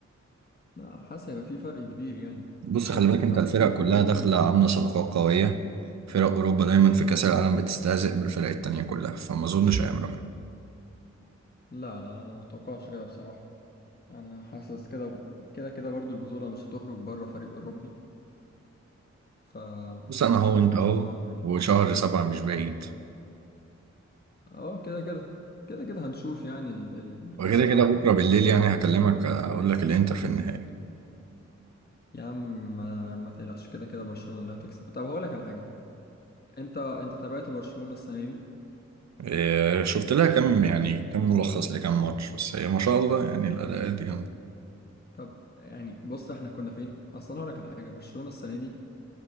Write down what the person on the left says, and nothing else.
لا حاسس هيبقى في فرق كبير يعني
هيبقى
في
فرق
حتى هيبان
بين
ال-
لا لا انا متوقعش كده بصراحة انا حاسس كده كده كده برضو البطولة مش هتخرج بره فريق أوروبي فما
اتوقعش
بصراحة يعني
اه كده كده كده كده هنشوف يعني ال... ال-
كأس العالم
كله
يا عم ما, ما تقلقش كده كده برشلونة اللي هتكسب طب هقول لك على حاجة انت انت تابعت برشلونة السنة دي
طب يعني بص احنا كنا فين اصلا هقول لك على حاجة برشلونة السنة دي